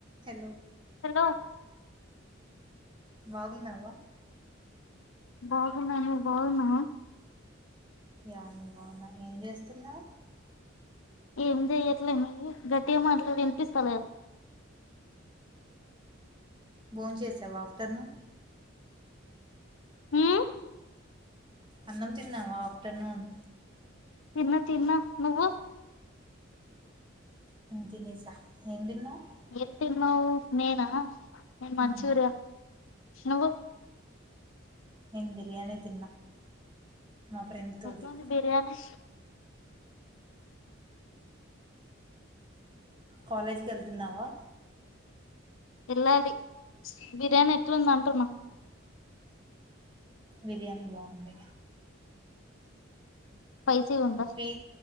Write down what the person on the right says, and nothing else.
హలో
బాగున్నావా
ని బాగున్నావా ఏం చేస్తున్నావు
బోన్ చేసావా ఆఫ్టర్నూన్
అన్నం తిన్నావా ఆఫ్టర్నూన్
నేను తినేసా ఏం తిన్నావ్.
మ్మ్.
నేను బిర్యానీ తిన్నా మా ఫ్రెండ్ తోటి
కాలేజ్కి ఎళ్తున్నావా
బిర్యానీ బావుంది.
రీ